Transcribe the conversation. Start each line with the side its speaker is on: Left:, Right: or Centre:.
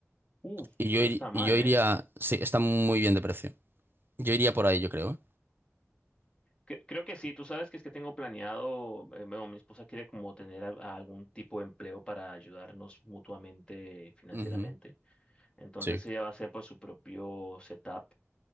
Left: Uf,
Right: Y yo,
Left: no
Right: ir-
Left: está mal,
Right: y yo iría,
Left: ¿eh?
Right: sí, están muy bien de precio. Yo iría por ahí, yo creo. ¿eh?
Left: Cre- creo que sí, tú sabes que es que tengo planeado, eh, bueno, mi esposa quiere como tener al- algún tipo de empleo para ayudarnos mutuamente financieramente.
Right: Ujú,
Left: Entonces
Right: Sí.
Left: ella va a hacer pues su propio setup,